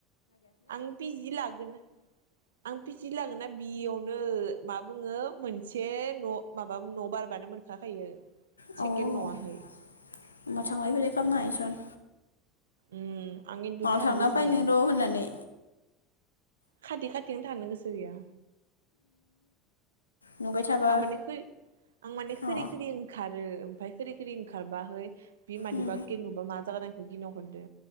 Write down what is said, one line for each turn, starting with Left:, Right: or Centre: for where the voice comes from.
Right: आं पि जि लागोन आं पिसि लागोन ना बियावनो मा बुङो मोनसे न' माबा न' बारबानो मोनखाखायो।
Left: औ
Right: सेकेणड
Left: होमबा
Right: न'आहाय
Left: थांलाय फैलाय खालामनो हायसन?
Right: उम आं खिन्थु थानो
Left: थांना
Right: गोसो
Left: फैनो
Right: गैयामोन।
Left: र' होननानै
Right: खाथि खाथियावनो थानो गोसो गैया।
Left: नुबाय थाबा
Right: आं माने खो आं माने खोरि
Left: अ
Right: खोरि ओंखारो ओमफ्राय खोरि खोरि ओंखारबाहाय बे मादिबाके
Left: उम
Right: नुबा मा जानांगो? बिदि नंहरदो।